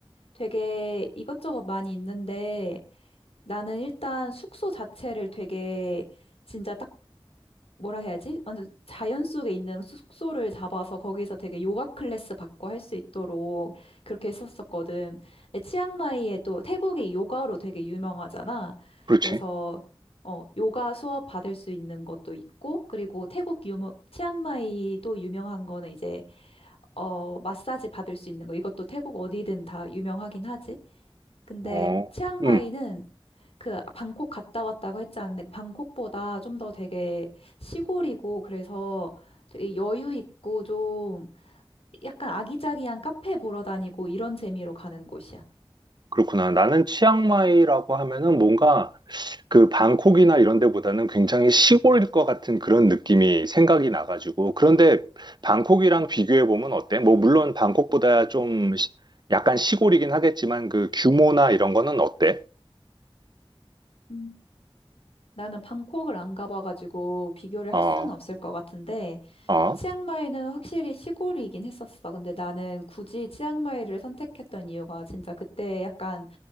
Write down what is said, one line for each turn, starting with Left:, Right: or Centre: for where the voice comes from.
Left: 되게 이것저것 많이 있는데 나는 일단 숙소 자체를 되게 진짜 딱 뭐라 해야지? 완전 자연 속에 있는 숙소를 잡아서 거기서 되게 요가 클래스 받고 할 수 있도록 그렇게 했었었거든. 근데 치앙마이에 또 태국이 요가로 되게 유명하잖아.
Right: 그렇지.
Left: 그래서 어, 요가 수업 받을 수 있는 것도 있고, 그리고 태국 유명, 치앙마이 또 유명한 거는 이제, 어, 마사지 받을 수 있는 거. 이것도 태국 어디든 다 유명하긴 하지. 근데
Right: 어.
Left: 치앙마이는
Right: 음.
Left: 그 방콕 갔다 왔다고 했지 않은데 방콕보다 좀 더 되게 시골이고 그래서 되게 여유 있고 좀 약간 아기자기한 카페 보러 다니고 이런 재미로 가는 곳이야.
Right: 그렇구나. 나는 치앙마이라고 하면은 뭔가 그 방콕이나 이런 데보다는 굉장히 시골일 것 같은 그런 느낌이 생각이 나가지고. 그런데 방콕이랑 비교해 보면 어때? 뭐 물론 방콕보다 좀 시- 약간 시골이긴 하겠지만 그 규모나 이런 거는 어때?
Left: 음. 나는 방콕을 안 가봐가지고 비교를
Right: 어,
Left: 할 수는 없을 것 같은데
Right: 어,
Left: 치앙마이는 확실히 시골이긴 했었어. 근데 나는 굳이 치앙마이를 선택했던 이유가 진짜 그때 약간